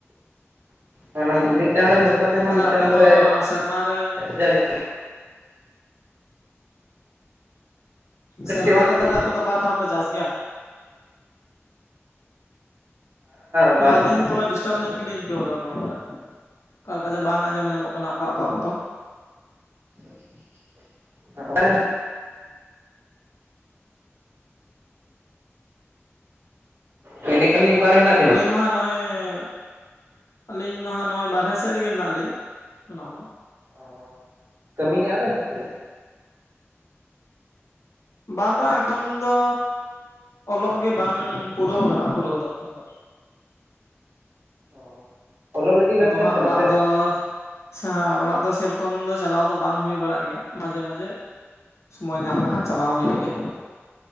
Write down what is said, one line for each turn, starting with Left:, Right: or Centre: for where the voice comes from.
Right: ᱢᱟᱱᱮ
Left: ᱚ
Right: ᱢᱤᱫᱴᱟᱝ
Left: ᱟᱪᱪᱷᱟ
Right: ᱨᱮ ᱱᱩᱠᱥᱟᱱ
Left: ᱟᱪᱪᱷᱟ
Right: ᱞᱮᱱ
Left: ᱛᱟᱦᱚᱞᱮ
Right: ᱠᱷᱟᱱ ᱢᱤᱫᱴᱟᱝ
Left: ᱟᱯᱮ
Right: ᱫᱚᱨᱮ
Left: ᱫᱚ ᱥᱮᱨᱢᱟ ᱨᱮ
Right: ᱡᱟᱭᱜᱟ ᱦᱮᱸ
Left: ᱥᱮᱨᱢᱟ ᱨᱮ ᱛᱟᱦᱚᱞᱮ ᱟᱯᱮ ᱫᱚ ᱵᱟᱨ ᱫᱷᱟᱣ ᱯᱮ ᱪᱟᱥ ᱜᱮᱭᱟ?
Right: ᱵᱟᱨ
Left: ᱦᱮᱸ
Right: ᱫᱷᱟᱣ
Left: ᱟᱹᱞᱤᱧ ᱦᱚᱸ ᱛᱷᱚᱲᱟ ᱰᱤᱥ ᱴᱟᱯ ᱧᱚᱜ ᱜᱮᱞᱤᱧ ᱟᱹᱭᱠᱟᱹᱣ ᱫᱟ ᱨᱚᱲ ᱵᱟᱲᱟ, ᱠᱟ ᱞᱮᱠᱟ ᱡᱮ ᱵᱟᱝ ᱟᱸᱡᱚᱢ ᱧᱟᱢᱚᱜ ᱠᱟᱱᱟ ᱚᱠᱟ ᱚᱠᱟ ᱚᱠᱛᱚ᱾
Right: <unintelligible> ᱯᱮᱱᱤᱠ ᱟᱹᱞᱤᱧ ᱠᱟᱨᱮ ᱦᱮᱱᱟᱜ ᱵᱤᱱᱟ?
Left: ᱟᱹᱞᱤᱧ ᱢᱟ ᱦᱟᱸᱜ ᱱᱚᱜᱼᱚᱭ ᱟᱹᱞᱤᱧ ᱢᱟ ᱦᱟᱸᱜ ᱱᱚᱜᱼᱚᱭ ᱵᱟᱨᱦᱮ ᱥᱮᱜ ᱨᱮᱜᱮ ᱢᱮᱱᱟᱜ ᱞᱤᱧ ᱚᱱᱟ ᱢᱟ᱾
Right: ᱚ ᱠᱟᱹᱢᱤᱭᱮᱜᱼᱟ ᱵᱮᱱ ᱥᱮ ᱪᱮᱜ?
Left: ᱵᱟᱝ ᱵᱟᱝ ᱮᱠᱷᱚᱱ ᱫᱚ ᱚᱞᱚᱜ ᱜᱮ ᱵᱟᱝ ᱯᱩᱨᱟᱹᱣ ᱠᱟᱱᱟ ᱯᱩᱨᱟᱹᱣ ᱫᱚ ᱮᱠᱷᱚᱱ ᱫᱚ᱾
Right: ᱚ᱾ ᱚᱞᱚᱜ ᱞᱟᱹᱜᱤᱫ ᱵᱮᱱ
Left: ᱟᱫᱚ
Right: ᱥᱮᱱ
Left: ᱦᱟᱸᱜ
Right: ᱠᱟᱱᱟ
Left: ᱚᱲᱟᱜ
Right: ᱥᱮ?
Left: ᱫᱚ ᱥᱟ ᱚᱲᱟᱜ ᱫᱚ ᱥᱮᱨᱚᱠᱚᱢ ᱫᱚ ᱪᱟᱞᱟᱣ ᱫᱚ ᱵᱟᱝ ᱦᱩᱭ ᱵᱟᱲᱟᱜ ᱜᱮᱭᱟ ᱢᱟᱡᱷᱮ ᱢᱟᱡᱷᱮ ᱥᱳᱢᱚᱭ ᱧᱟᱢ ᱞᱮᱠᱷᱟᱱ ᱪᱟᱞᱟᱣ ᱦᱩᱭᱩᱜ ᱜᱮᱭᱟ᱾